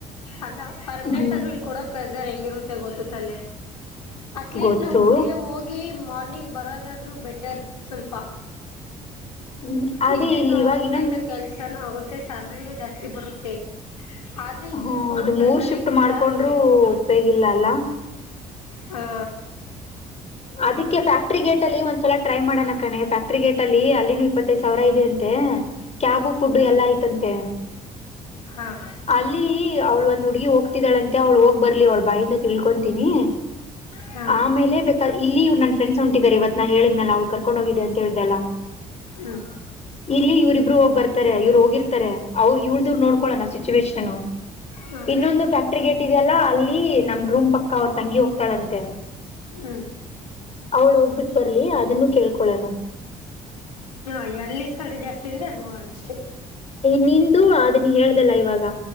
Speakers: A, on the left; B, on the left.
A: ಅಲ್ಲ ಪರ್ಮನೆಂಟ್
B: ಹ್ಮ್
A: ಆದ್ರೂ ಇಲ್ಲಿ ಕೊಡೋ ಪ್ರೆಸರ್ ಹೆಂಗಿರು ಗೊತ್ತುತ್ತಲೆೆ ಅಟ್ಲೀಸ್ಟ್
B: ಗೊತ್ತು
A: ನಾವು ಡೇ ಹೋಗಿ ಮಾಡ ಮಾರ್ನಿಂಗ್ ಬರೋದಾದ್ರೂ ಬೆಟರ್ ಸ್ವಲ್ಪ
B: ಹ್ಮ್ ಅದೇ
A: ನಿದ್ದೆನೂ
B: ಇಲ್ಲಿ ಇವಾಗ
A: ಆಗುತ್ತೆ
B: ಇನ್ನೊಂದು
A: ಆಯ್ತಾ ಕೆಲ್ಸಾನೂ ಆಗುತ್ತೆ ಮತ್ತೆ ಸ್ಯಾಲ್ರಿಿನೂ ಜಾಸ್ತಿ ಬರುತ್ತೆ ಆದರೆ ಇಲ್ಲಿ
B: ಹ್ಮ
A: ಕೊಡೋ
B: ಇದು
A: ಪ್ರೆಸರಿಗೆ
B: ಮೂರ್ ಶಿಫ್ಟ್ ಮಾಡ್ಕೊಂಡ್ರರು
A: ಚಾ ನೀವೇನೋ
B: ಉಪೇಗಿಲ್ಲ ಅಲ್ಲ
A: ಹಾ
B: ಅದಕ್ಕೆ ಫ್ಯಾಕ್ಟ್ರಿ ಗೇಟ್ ಅಲ್ಲಿ ಒಂದ್ಸಲ ಟ್ರೈ ಮಾಡಣ ಕಣೆ ಫ್ಯಾಕ್ಟ್ರಿ ಗೇಟ್ ಅಲ್ಲಿ ಅಲ್ಲಿ ಇಪ್ಪತ್ತೈದು ಸಾವಿರ ಇದೆ ಅಂತೆ ಕ್ಯಾಬು ಫುಡ್
A: ಹ್ಞೂ
B: ಎಲ್ಲ ಆಯ್ತಂತೆ
A: ಹಾಂ
B: ಅಲ್ಲಿ ಅವಳು ಒಂದ್ ಹುಡ್ಗಿ ಹೋಗ್ತಿದ್ದಾಳಂತೆ ಅವ್ಳು ಹೋಗಿ ಬರ್ಲಿ ಅವಳ ಬಾಯಿಂದ ತಿಳ್ಕೊತೀನಿ
A: ಹಾಂ
B: ಆಮೇಲೆ ಇಲ್ಲಿ ಇವ್ರು ನನ್ನ ಫ್ರೆಂಡ್ ಹೊಂಟಿದಿದ್ದಾರೆ ಇವತ್ ನಾ ಹೇಳಿದ್ನ ಅವ್ಳ ಕರ್ಕೊಂಡ್ ಹೋಗಿದ್ದಿದೆ ಅಂತ ಹೇಳ್ದಲ್ಲ
A: ಹ್ಞೂ
B: ಇಲ್ಲಿ ಇವ್ರ ಇಬ್ರು ಹೋಗ್ ಬರ್ತಾರೆ ಇವ್ರು ಹೋಗಿರ್ತಾರೆ ಅವ್ರು ಇವಳ್ದ ನೋಡ್ಕೊಳೋಣ ಸಿಚುವೇೇಶನ್
A: ಹಾಂ
B: ಇನ್ನೊಂದು ಫ್ಯಾಕ್ಟ್ರಿ ಗೇಟ್ ಇದೆಯಲ್ಲಾ ಅಲ್ಲಿ ನಮ ರೂಮ್ ಪಕ್ಕ ಅವ್ರ ತಂಗಿ ಹೋಗ್ತಾಳಂತೆ
A: ಹ್ಞೂ
B: ಅವಳ ಹೋಗ್ಬಿಟ್ಟ ಬರ ಲಿ ಅದನ್ನು ಕೇಳ್ಕೊಳೋಣ
A: ಹಾ ಎಲ್ಲಿ ಸಲ್ರಿ ಜಾಸ್ತಿ ಇದ್ರೆ ಅಲ್ಲಿ ಹೋಗಣ ಅಷ್ಟೆ
B: ನಿಂದು ಅದ ನೀ ಹೇಳ್ದಲ್ಲ ಇವಾಗ